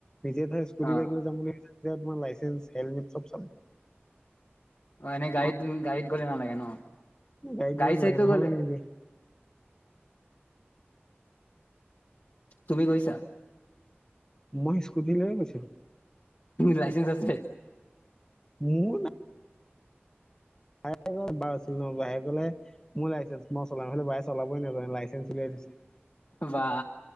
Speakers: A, on the left; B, on the left.
A: নিজে ধৰা স্কুটি
B: অ
A: বাইকৈ যাম বুলি ভাবা য়া তোমাৰ লাইচেন্স হেলমেট চব চাব।
B: অ'এনে গাড়ীত
A: নহয়
B: গাড়ীত গ'লে নালাগে ন?
A: গাড়ীত
B: গাড়ী-চাইটো
A: নালাগে নহলে
B: গ'লে
A: নিদিয়ে
B: তুমি গৈছা?
A: মই স্কুটী লৈ গৈছো।
B: লাইচেন্স আছে?
A: মোৰ নাই। বাহে ক বাৰু আছিল ন বাহে কলে মোৰ লাইচেন্ঞ্চ মই চলামলে বাহে চলাবই নাজানে লাইচেন্ঞ্চ উলিয়াই দিছে।
B: বা,